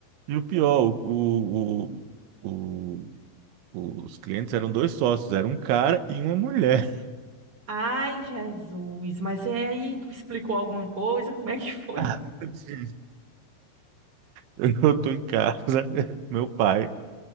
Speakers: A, on the right (about 75°); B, on the right (about 25°).
A: E o pior, o, o, o- os clientes eram dois sócios, era um cara e uma mulher.
B: Ai, Jesus, mas é aí, tu explicou alguma coisa? Como é que foi?
A: <laughs> Assim, Eu tô em casa, <laughs> meu pai,